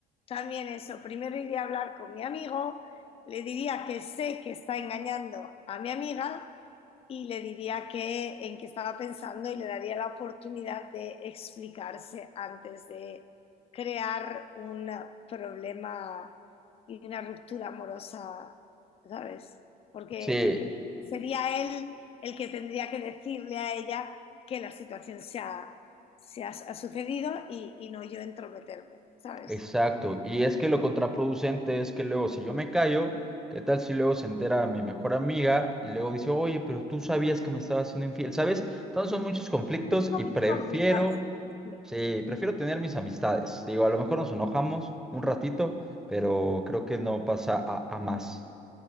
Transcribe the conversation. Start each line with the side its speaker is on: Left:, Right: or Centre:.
Left: también eso. Primero iría a hablar con mi amigo, le diría que sé que está engañando a mi amiga y le diría que, en qué estaba pensando y le daría la oportunidad de explicarse antes de crear un problema y una ruptura amorosa, ¿sabes? Porque
Centre: Sí.
Left: creo que sería él el que tendría que decirle a ella que la situación se ha, se ha, ha sucedido y, y no yo entrometerme, ¿sabes?
Centre: Exacto, y es que lo contraproducente es que luego si yo me callo, ¿qué tal si luego se entera mi mejor amiga y luego dice, oye, pero tú sabías que me estaba haciendo infiel, ¿sabes? Entonces son muchos conflictos
Left: Es un poquito
Centre: y prefiero,
Left: complicado. Sí,
Centre: sí, prefiero tener mis amistades. Digo, a lo mejor nos enojamos un ratito, pero creo que no pasa a, a más.